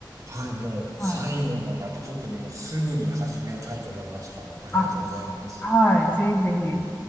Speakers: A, on the right (about 40°); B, on the left (about 25°).
A: はい、もう、最後のなんて特にもうすぐに始めたいと思いました。
B: はい。
A: ありがとうございます。
B: あ、はい。ぜひぜひ。